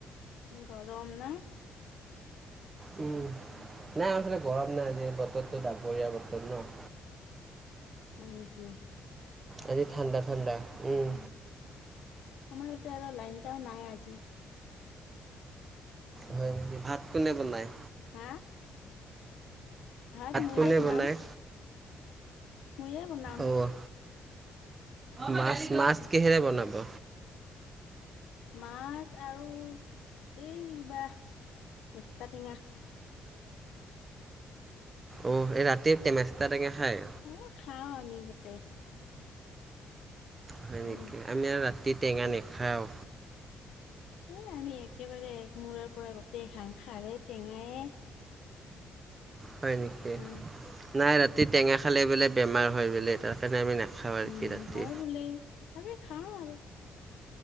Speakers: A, on the left; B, on the right.
A: গৰম না?
B: উম।
A: <inaudible>
B: নাই <unintelligible> গৰম নাই যে বতৰটো ডাবৰীয়া বতৰ ন'
A: হয় নেকি?
B: আজি ঠাণ্ডা ঠাণ্ডা। উম
A: আমাৰ ইয়াতে আৰু লাইনটাও নাই আজি।
B: হয় নেকি ভাত কোনে বনায়?
A: হা? ভাত ময়ে
B: কোনে
A: বনাম,
B: বনায়
A: ময়ে বনাম।
B: অ' মাছ, মাছ কিহেৰে বনাব?
A: মাছ আৰু এই কিবা মেষ্টা টেঙা।
B: অ', এই ৰাতি মেস্তা টেঙা খায়?
A: অ', খাওঁ আমি গোতেই।
B: হয়
A: উম
B: নেকি আমি আৰু ৰাতি টেঙা নাখাওঁ।
A: এ আমি একেবাৰে মূৰাৰ পৰা গোটেই ঘাং খাৰে টেঙায়ে-
B: হয় নেকি
A: অ
B: নাই ৰাতি টেঙা খালে বোলে বেমাৰ হয় বোলে তাৰ কাৰণে আমি নাখাওঁ। আৰু
A: উম
B: কি ৰাতি
A: হয়, বোলে তথাপি খাও আৰু।